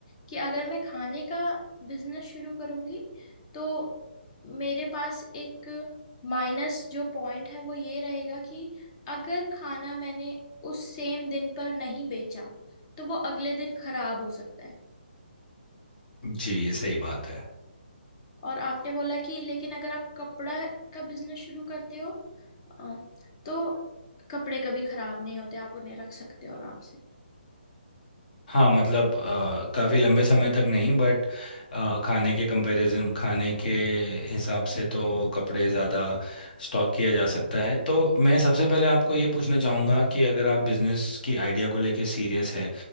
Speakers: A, on the left; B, on the left.
A: कि अगर मैं खाने का बिजनेस शुरू करूँगी तो मेरे पास एक माइनस जो पॉइंट है वो ये रहेगा कि अगर खाना मैंने उस सेम दिन पर नहीं बेचा तो वो अगले दिन खराब हो सकता है
B: जी ये सही बात है
A: और आपने बोला कि लेकिन अगर आप कपड़ा का बिजनेस शुरू करते हो अ, तो कपड़े कभी खराब नहीं होते आप उन्हें रख सकते हो आराम से
B: हाँ मतलब अ, काफ़ी लंबे समय तक नहीं बट खाने के कंपैरिजन खाने के हिसाब से तो कपड़े ज़्यादा स्टॉक किया जा सकता है तो मैं सबसे पहले आपको ये पूछना चाहूँगा कि अगर आप बिजनेस की आइडिया को लेके सीरियस है